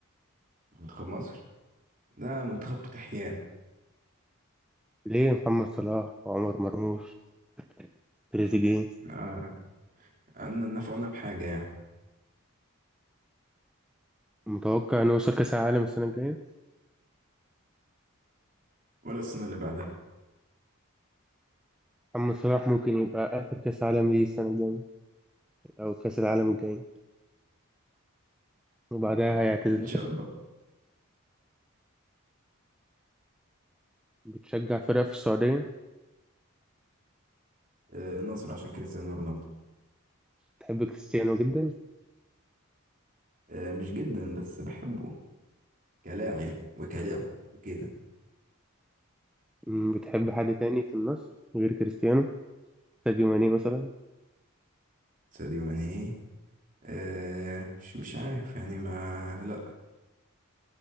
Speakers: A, on the right; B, in the centre.
A: منتخب مصر ده منتخب كحيان
B: ليه محمد صلاح وعمر مرموش تريزيجيه
A: آه، ان نفعنا بحاجه يعني
B: متوقع انه يوصل كاس العالم السنه الجايه
A: ولا السنه اللي بعدها
B: محمد صلاح ممكن يبقى اخر كاس عالم ليه السنه الجايه او كاس العالم الجاي وبعدها هيعتزل
A: ان شاء الله
B: بتشجع فرقه في السعوديه
A: آه، النصر عشان كريستيانو رونالدو
B: بتحب كريستيانو جدا
A: آه، مش جدا بس بحبه كلاعب وكلاعب وكده
B: أمم، بتحب حد تاني في النصر غير كريستيانو ساديو ماني مثلا
A: ساديو ماني آه مش مش عارف يعني ما لا